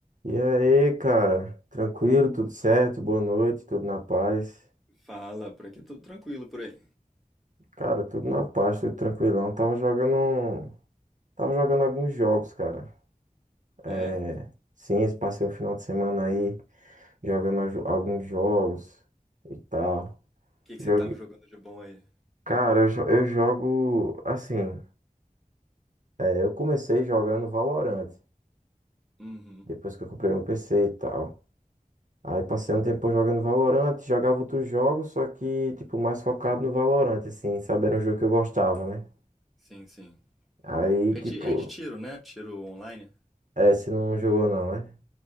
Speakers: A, on the right; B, in the centre.
A: E aí, cara? Tranquilo, tudo certo? Boa noite, tudo na paz.
B: Fala, por aqui tudo tranquilo por aí.
A: Cara, tudo na paz, tudo tranquilão. Tava jogando, um- tava jogando alguns jogos, cara. É,
B: É? O
A: sim, esse- passei o final de semana aí jogando a jo- alguns jogos e tal.
B: que que
A: Jogue...
B: você tava jogando de bom aí?
A: Cara, eu, jo- eu jogo assim. é, eu comecei jogando Valorant,
B: Uhum,
A: depois que eu comprei meu PC e tal. Aí passei um tempo jogando Valorant, jogava outros jogos, só que, tipo, mais focado no Valorant, assim, sabe? Era um jogo que eu gostava, né?
B: sim, sim.
A: Aí,
B: É
A: tipo,
B: de, é de tiro, né? Tiro online.
A: é, você não jogou não, né?